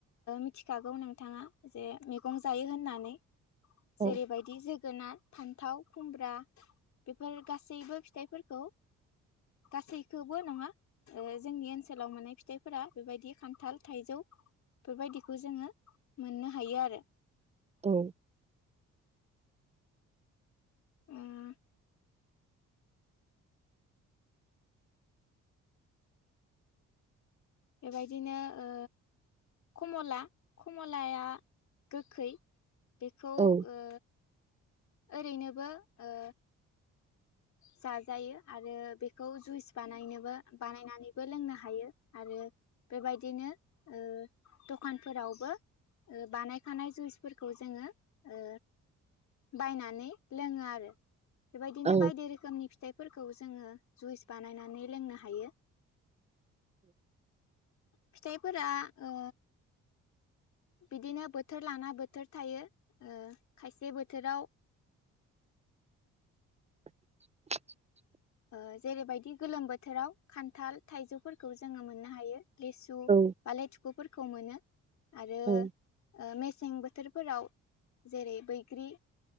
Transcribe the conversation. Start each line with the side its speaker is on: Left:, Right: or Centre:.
Left: मिथिखागौ नोंथाङा जे मैगं जायो होननानै।
Right: औ
Left: जेरैबायदि जो गोनार, फान्थाव, खुमब्रा बेफोर गासैबो फिथाइफोरखौ गासैखौबो नङा जोंनि ओनसोलाव माने फिथाइ फोरा बेबायदि खान्थाल थाइजौ बेबायदिखौ जोङो मोननो हायो आरो।
Right: औ
Left: उम बेबायदिनो ओ कमला कमलाया गोखै बेखौ ओ
Right: औ
Left: ओरैनोबो ओ
Right: <inaudible>
Left: जाजायो आरो बेखौ जुइस बानायनोबो बानायनानैबो लोंनो हायो आरो बेबायदिनो ओ दखानफोरावबो ओ बानायखानाय जुइसफोरखौ जोङो ओ बायनानै लोङो आरो बेबाय
Right: औ
Left: दि रोखोमनि फिथाइफोरखौ जोङो जुइस बानायनानै लोंनो हायो। फिथाइफोरा ओ बिदिनो बोथोर लाना बोथोर थायो ओ खायसे बोथोराव
Right: <inaudible>
Left: ओ जेरैबायदि गोलोम बोथोराव खान्थाल, थाइजौफोरखौ जोङो मोननो हायो लेसु
Right: औ
Left: बा लेथुखुफोरखौ मोनो आरो
Right: औ
Left: ओ मे सें बोथोरफोराव जेरै बैग्रि